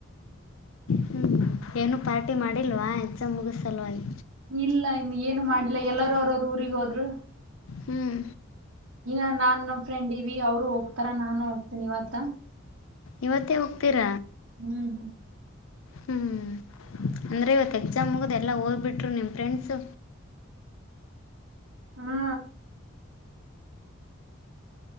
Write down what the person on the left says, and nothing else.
ಹ್ಞೂ ಏನು ಪಾರ್ಟಿ ಮಾಡಿಲ್ವಾ ಎಕ್ಸಾಮ್ ಮುಗಿದ್ ಸಲ್ವಾಗಿ.
ಹ್ಮ್
ಇವತ್ತೇ ಹೋಗ್ತೀರ
ಹ್ಮ್ ಅಂದ್ರೆ ಇವತ್ತು ಎಕ್ಸಾಮ್ ಮುಗ್ದ್ ಎಲ್ಲಾ ಹೋಗ್ಬಿಟ್ರು ನಿಮ್ ಫ್ರೆಂಡ್ಸ್.